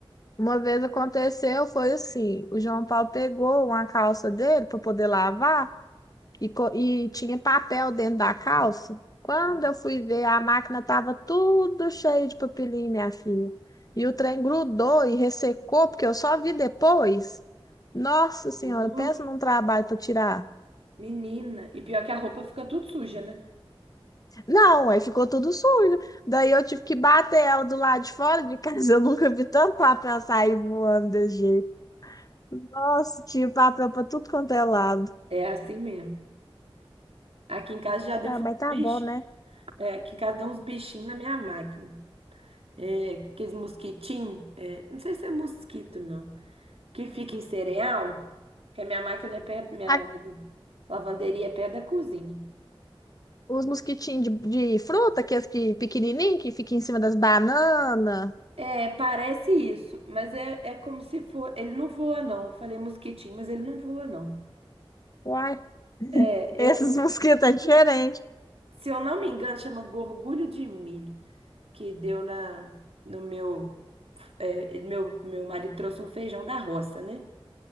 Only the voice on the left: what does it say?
Uma vez aconteceu, foi assim, o João Paulo pegou uma calça dele para poder lavar e, co- e tinha papel dentro da calça. Quando
eu fui ver, a máquina estava tudo cheio de papelinho, minha filha. E o trem grudou e ressecou, porque eu só vi depois. Nossa Senhora,
pensa num trabalho para tirar.
Não, aí ficou tudo sujo. Daí eu tive que bater ela do lado de fora de casa. Eu nunca vi tanto papel sair voando desse jeito. Nossa, tinha papel para tudo quanto é lado.
Ah,
mas tá
bom, né?
A-
os mosquitinhos de, de fruta, aqueles que pequenininho, que fica em cima das bananas.
Uai,
esses
<laughs> mosquitos é diferente.